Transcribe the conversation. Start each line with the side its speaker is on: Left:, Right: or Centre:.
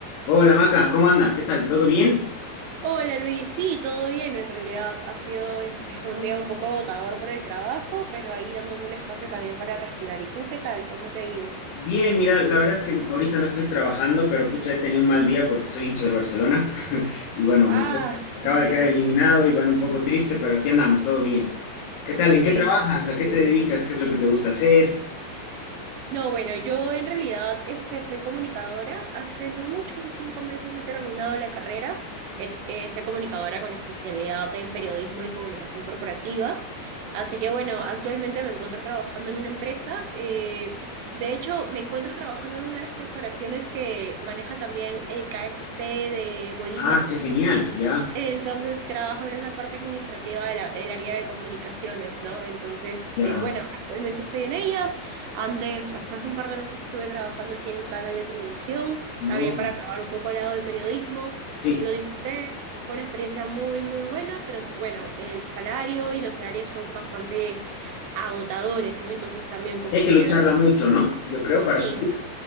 Left: Hola Maca, ¿cómo anda? ¿Qué tal? ¿Todo bien?
Right: Hola Luis, sí, todo bien en realidad. Ha sido este un día un poco agotador por el trabajo, pero ahí dándome un espacio también para respirar. ¿Y tú qué tal? ¿Cómo te ha ido?
Left: Bien, mira, la verdad es que ahorita no estoy trabajando, pero pucha, he tenido un mal día porque soy hincha del Barcelona. <laughs> Y bueno,
Right: Ah,
Left: me fue- acaba
Right: <laughs>
Left: de quedar eliminado y bueno, un poco triste, pero aquí andamos, todo bien. ¿Qué tal? ¿En
Right: sí,
Left: qué trabajas?
Right: me
Left: ¿A qué
Right: imagino.
Left: te dedicas? ¿Qué es lo que te gusta hacer?
Right: No, bueno, yo en realidad este, soy comunicadora. Hace no mucho, hace cinco meses he terminado la carrera. Et- eh, soy comunicadora con especialidad en periodismo y comunicación corporativa. Así que bueno, actualmente me encuentro trabajando en una empresa. eh, de hecho, me encuentro trabajando en una de las corporaciones que maneja también el KFC de Bolivia.
Left: Ah, qué genial, ya,
Right: Entonces trabajo en esa parte administrativa de la- del área de comunicaciones, ¿no? Entonces, este,
Left: ya.
Right: bueno, actualmente estoy en ellas. Antes, hasta hace un par de meses estuve trabajando aquí en un canal de televisión,
Left: No,
Right: también para probar un poco el lado de periodismo.
Left: sí,
Right: Lo disfruté, fue una experiencia muy, muy buena, pero bueno, el salario y los salarios son bastante agotadores, ¿no? Entonces también como
Left: hay que
Right: tenía
Left: lucharla
Right: la...
Left: mucho, ¿no? Yo creo, para
Right: Sí.
Left: subir.